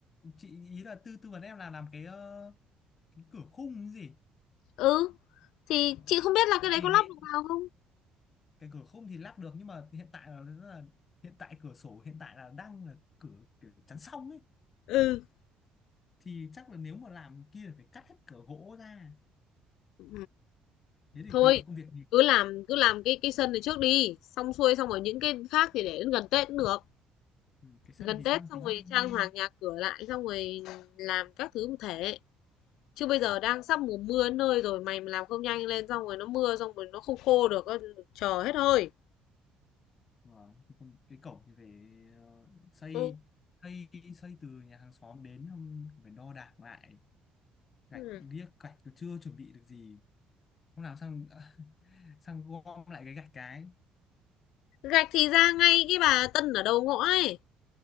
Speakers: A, on the left; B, on the left.
A: chị ý là tư tư vấn em là làm cái ờ, cái cửa khung cái gì
B: Ừ, thì
A: à.
B: chị không biết là cái đấy
A: thì
B: có lắp
A: cái,
B: được vào không?
A: cái cửa khung thì lắp được nhưng mà hiện tại là, rất là hiện tại cửa sổ hiện tại là đang là cửa kiểu chắn song ấy
B: Ừ.
A: thì chắc là nếu mà làm kia là phải cắt hết cửa gỗ ra
B: Ừ.
A: thế thì
B: Thôi,
A: cái lượng công việc nhiều
B: cứ làm cứ làm cái cái sân này trước đi, xong xuôi xong rồi những cái khác thì để đến gần Tết cũng được.
A: ừ, cái sân
B: Gần
A: thì
B: Tết
A: đang
B: xong
A: tính
B: rồi
A: như như-
B: trang hoàng nhà cửa lại xong rồi làm các thứ một thể. Chứ bây
A: vâng,
B: giờ đang sắp mùa mưa đến nơi rồi mày mà làm không nhanh lên xong rồi nó mưa xong rồi nó không khô được, ơ, chờ hết hơi.
A: vâng. Thì còn cái cổng thì phải ờ, xây
B: Ừ.
A: xây xây từ nhà hàng xóm đến không phải đo đạc lại gạch
B: Ừ.
A: điếc gạch tôi chưa chuẩn bị được gì không làm xong <laughs> sang gom lại cái gạch cái
B: gạch thì ra ngay cái bà Tân ở đầu ngõ ấy.